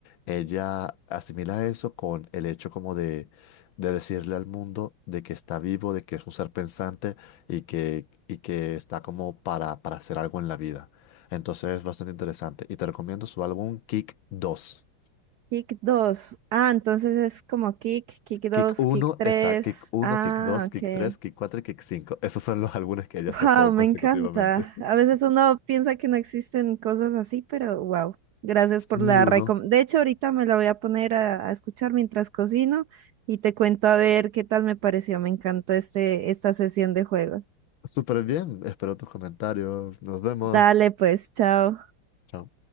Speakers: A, on the left (about 70°); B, on the right (about 80°).
A: Ella asimila eso con el hecho como de, de decirle al mundo de que está vivo, de que es un ser pensante y que, y que está como para, para hacer algo en la vida. Entonces es bastante interesante. Y te recomiendo su álbum Kick dos
B: Kick 2. Ah, entonces es como kick, kick 2,
A: Kick uno
B: kick 3.
A: está Kick uno
B: Ah,
A: Kick dos
B: ok.
A: Kick tres Kick 4 y Kick cinco Esos son los <laughs> álbumes que ella sacó
B: Wow, me
A: consecutivamente.
B: encanta.
A: <laughs>
B: A veces uno piensa que no existen cosas así, pero wow. Gracias
A: Sí,
B: por la
A: uno.
B: recomendación. De hecho, ahorita me la voy a poner a, a escuchar mientras cocino y te cuento a ver qué tal me pareció. Me encantó este, esta sesión de juegos.
A: Súper bien. Espero tus comentarios. Nos vemos.
B: Dale, pues, chao.
A: Chao.